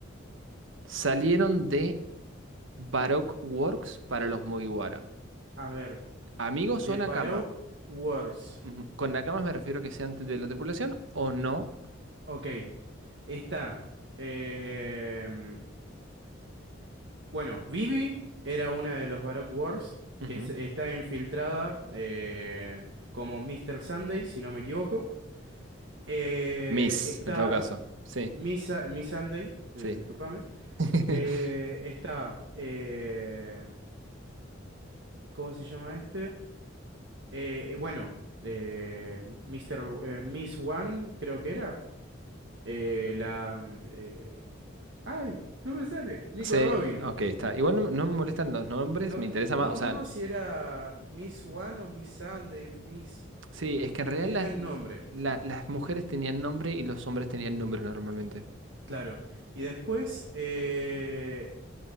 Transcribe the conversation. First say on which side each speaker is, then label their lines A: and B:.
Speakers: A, on the right (about 75°); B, on the right (about 60°).
A: salieron de Baroque Works para los Mugiwara.
B: A ver,
A: Amigos
B: de
A: o nakamas.
B: Baroque Wars.
A: Ujú. Con nakamas me refiero a que sean de la tripulación o no.
B: Ok, está. em, Bueno, Vivi era una de los Baroque Wars
A: Ujú.
B: que es- está infiltrada eh, como Mr. Sunday, si no me equivoco. Eh,
A: Mis,
B: está
A: en todo caso. Sí,
B: Miss, Sa- Miss Sunday, eh,
A: sí.
B: discúlpame.
A: <laughs>
B: Eh, está, eh, ¿cómo se llama este? Eh, eh, bueno, eh, Mr., W- eh, Miss One, creo que era. Eh, la... mm, eh, ¡Ay! No me sale. Nico
A: Sí,
B: Robin.
A: ok, está. Igual no, no me molestan los nombres,
B: No,
A: me
B: n-
A: interesa
B: no
A: más.
B: me
A: O sea,
B: acuerdo si era Miss One o Miss Sunday, Miss...
A: sí, es que en
B: eh,
A: realidad
B: Tenían
A: las,
B: nombre,
A: la- las mujeres tenían nombre y los hombres tenían nombre normalmente.
B: claro. Y después, eh,